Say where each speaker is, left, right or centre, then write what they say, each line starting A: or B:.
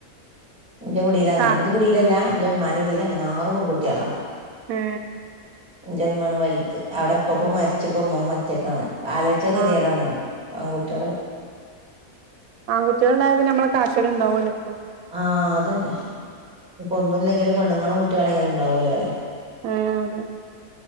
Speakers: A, on the right (about 30°); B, on the right (about 80°).
A: എന്ടൊ കുടിൽ അങ്ങനെ
B: ആ
A: എന്ടെ കുടീലല്ല എന്ടെ ഇമ്മാന്റെ കുടിൽ അങ്ങനെ ആറ് പെൺകുട്ടികളാ
B: മ്മ്
A: ഇന്റമ്മാണ് വല്ത് ആടെ ഉപ്പപ്പ മരിച്ച്പോ ഉമ്മമ്മ ഒറ്റക്കാണ്. ആലോയ്ച്ച കെതിടാണ്
B: ആ
A: പെൺകുട്ടിൾ.
B: ആൺകുട്ടിൾണ്ടായാ പിന്നെ നമ്മളെ കാൽക്കൽണ്ടാവുല്ലോ.
A: ആഹ് അതന്നെ ഇപ്പൊ ഒന്നും ഇല്ലെങ്കില് പെണ്ണുങ്ങളും കുട്ടികളെങ്കിലും ഉണ്ടാവല്ലോ അല്ലെ.
B: മ്മ് അതെ.